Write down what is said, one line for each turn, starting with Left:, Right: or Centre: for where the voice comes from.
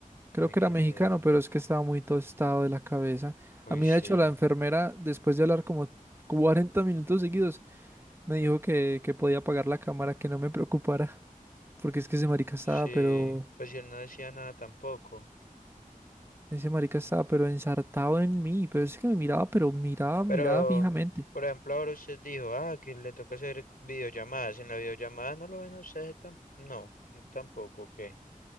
Right: Creo
Left: Uy,
Right: que
Left: qué
Right: era mexicano,
Left: miedo.
Right: pero es que estaba muy tostado de la cabeza.
Left: Uy,
Right: A mí,
Left: sí,
Right: de hecho, la enfermera, después de hablar como 40 minutos seguidos, me dijo que, que podía apagar la cámara, que no me preocupara, porque es que ese marica estaba,
Left: sí,
Right: pero...
Left: pues y él no decía nada tampoco.
Right: Ese marica estaba, pero ensartado en mí, pero es que me miraba, pero miraba,
Left: Pero,
Right: miraba fijamente.
Left: por ejemplo, ahora usted dijo, ah, que le toca hacer videollamadas. En la videollamada no lo ven a usted, tam- no, n- tampoco, ¿qué?